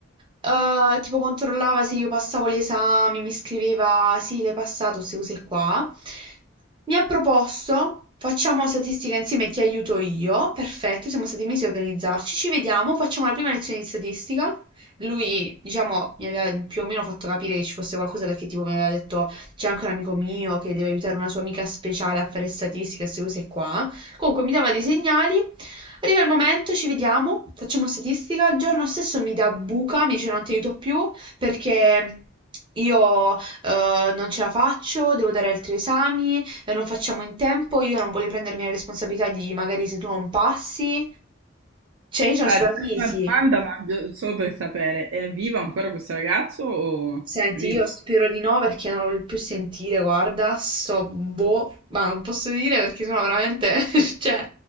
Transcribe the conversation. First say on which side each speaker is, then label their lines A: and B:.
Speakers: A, on the right; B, on the right.
A: Eh, tipo controllava se io passavo gli esami, mi scriveva sì, l'hai passato, queste cose qua. Mi ha proposto, facciamo statistica insieme, ti aiuto io, perfetto, siamo stati mesi a organizzarci, ci vediamo, facciamo la prima lezione di statistica. Lui, diciamo, mi aveva più o meno fatto capire che ci fosse qualcosa perché tipo mi aveva detto c'è anche un amico mio che deve aiutare una sua amica speciale a fare statistica, queste cose qua. Comunque mi dava dei segnali, arriva il momento, ci vediamo, facciamo statistica, il giorno stesso mi dà buca, mi dice non ti aiuto più perché io eh, non ce la faccio, devo dare altri esami, eh, non facciamo in tempo, io non voglio prendermi la responsabilità di magari se tu non passi, cioè io sono
B: Ah,
A: stata
B: ti faccio
A: mesi.
B: una domanda, ma gio- solo per sapere, è vivo ancora questo ragazzo o
A: Senti,
B: è vivo?
A: io spero di no perché non lo voglio più sentire, guarda, sto boh, ma non posso dire perché sono veramente, <laughs> cioè,